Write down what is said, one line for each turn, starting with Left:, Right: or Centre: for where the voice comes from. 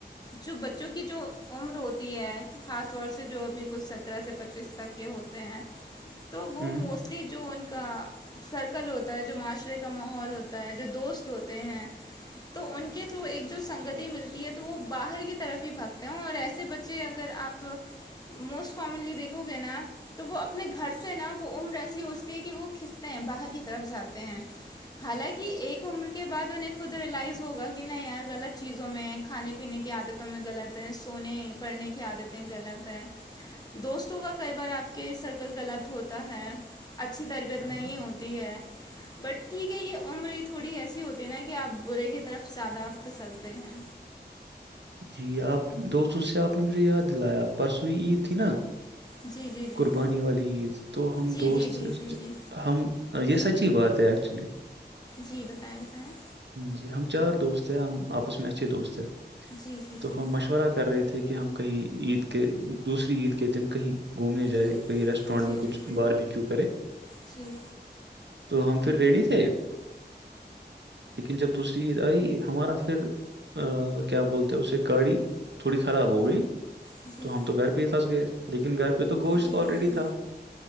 Left: جو بچوں کی جو عمر ہوتی ہے خاص طور سے جو ابھی کچھ سترہ سے پچیس تک کے ہوتے ہیں تو وہ
Right: ہوں
Left: موسٹلی جو ان کا سرکل ہوتا ہے جو معاشرے کا ماحول ہوتا ہے جو دوست ہوتے ہیں تو ان کے تھرو ایک جو سنگتی ملتی ہے تو وہ باہر کی طرف ہی پھاگتے ہیں اور ایسے بچے اگر آپ موسٹ کامنلی دیکھو گے نا تو وہ اپنے گھر سے نا وہ عمر ایسی ہوچتی ہے کہ وہ کھنتے ہیں باہر کی طرف جاتے ہیں حالانکہ ایک عمر کے بعد انہیں خود ریلائز ہوگا کہ نہ یار غلط چیزوں میں کھانے پہ پینے کی عادتوں میں غلط ہے سونے پڑنے کی آدتیں غلط ہیں دوستوں کا کئی بار آپ کے سرکل غلط ہوتا ہے اچھی تربیت
Right: ہوں
Left: نہیں ہوتی ہے بٹ ٹھیک ہے یہ عمر تھوڑی ایسی ہوتی ہے نا کہ آپ برے کی طرف زیاادہ پھسلتے ہیں
Right: جی آپ دوستوں سے آپ نے مجھے یاد دلایا پرسوںئی عید تھی نا
Left: جی جی جی
Right: قربانی والی عید تو ہم
Left: جی
Right: دوست
Left: جی جی جی جی
Right: ہم یہ سچی بات ہے ایکچولی
Left: جی بتائیں بتائیں
Right: جی ہم چار دوست ہیں ہم آپس میں اچھے دوست ہیں
Left: جی جی
Right: تو
Left: جی
Right: ہم مشورہ کر رہے تھے کہ ہم کہیں عید کے دوسری عید کے دن کہیں گھومنے جائے
Left: جی جی
Right: کہئی ریسٹورینٹ میں
Left: جی
Right: کچھ
Left: جی
Right: بار بھی کیوں کرے
Left: جی
Right: تو ہم پھر ریڈی تھے لیکن جب دوسری عید آئی ہمارا پھر کیا بولتے اسے گاڑی تھوڑی خراب ہو گئی
Left: جی جی
Right: تو ہم تو گھر پہ ہی پھنس گئے لیکن گھر پہ تو گوشت
Left: جی جی جی جی جی جی جی جی جی جی جی جی
Right: آلرییڈی تھا